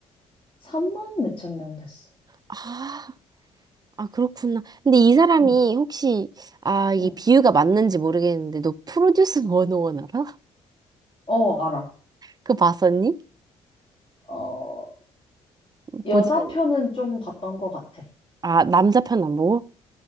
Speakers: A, on the left; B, on the right.
A: 삼만 몇천 명 됐어.
B: 아, 아, 그렇구나. 근데 이 사람이
A: 응,
B: 혹시, 아, 이게
A: 응.
B: 비유가 맞는지 모르겠는데, 너 프로듀스 101 알아? <laughs>
A: 어, 알아.
B: 그거 봤었니?
A: 어, 여자
B: 보진, 않-
A: 편은 좀 봤던 것 같아.
B: 아, 남자 편 안 보고?